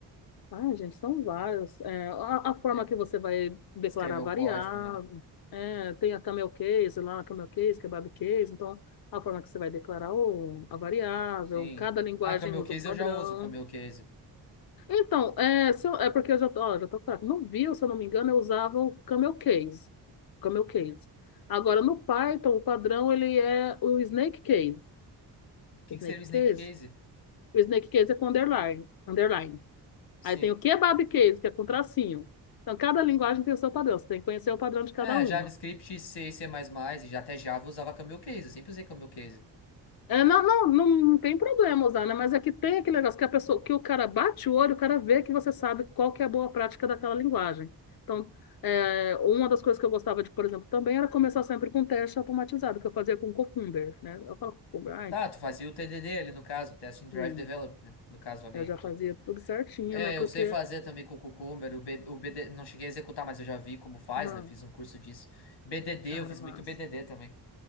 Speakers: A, on the left (about 55°); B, on the left (about 80°).
A: Ai, gente, são vários. É, a, a forma
B: é,
A: que você vai declarar
B: escrever o
A: variável.
B: código, né?
A: É, tem a camel case lá, a camel case, kebab case. Então, a forma que você vai declarar o, a variável.
B: Sim.
A: Cada linguagem
B: Ah, Camel
A: usa
B: Case
A: um padrão.
B: eu já uso, Camel Case.
A: Então, é, se eu- é porque eu já tô, ó, já tô fraca. No Vue, se eu não me engano, eu usava o Camel Case. Camel Case. Agora, no Python, o padrão, ele é o Snake Case.
B: O que,
A: O Snake
B: que seria o Snake
A: Case?
B: Case?
A: O Snake Case é com underline. underline.
B: Sim.
A: Aí tem o Kebab Case, que é com tracinho. Então, cada linguagem tem o seu padrão. Você tem que conhecer o padrão de cada
B: É,
A: uma.
B: JavaScript, C, C++, e já até Java eu usava Camel Case, eu sempre usei Camel Case.
A: É, não, não, não, não tem problema usar, né? Mas é que tem aquele negócio que a pessoa, que o cara bate o olho, o cara vê que você sabe qual que é a boa prática daquela linguagem. Então, é, uma das coisas que eu gostava de, por exemplo, também era começar sempre com teste automatizado, que eu fazia com Cucumber, né? Eu falo Cucumber, ai,
B: Tá, tu fazia o TDD ali no caso, Testing Drive
A: sim,
B: Development, no caso ali.
A: eu já
B: Tu
A: fazia tudo certinho,
B: É,
A: né? Porque,
B: eu sei fazer também com o Cucumber, o, B, o BD, não cheguei a executar, mas eu já vi como faz,
A: ah,
B: né? Eu fiz um curso disso. BDD,
A: cara,
B: eu fiz
A: mas,
B: muito BDD também.